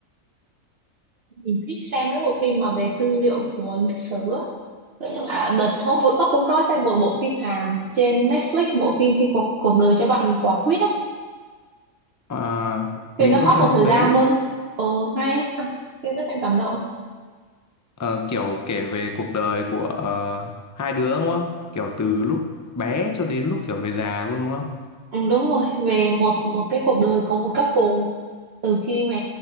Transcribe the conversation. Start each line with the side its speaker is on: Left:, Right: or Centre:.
Right: mình thích xem mấy bộ phim mà về tư liệu của lịch sử á Thế nhưng mà Ờ, đợt hôm vừa cũng có xem một bộ phim Hàn trên Netflix bộ phim khi cuộc cuộc đời cho bạn quả quýt á
Left: à,
Right: thì
Left: mình
Right: nó
Left: cũng
Right: hot
Left: xem
Right: một
Left: phim
Right: thời
Left: đấy
Right: gian luôn ờ hay á tôi có xem cảm động
Left: Ờ, kiểu kể về cuộc đời của ờ, hai đứa đúng không? Kiểu từ lúc bé cho đến lúc kiểu về già luôn đúng không?
Right: ừ, đúng rồi về một một cái cuộc đời của một couple từ khi mà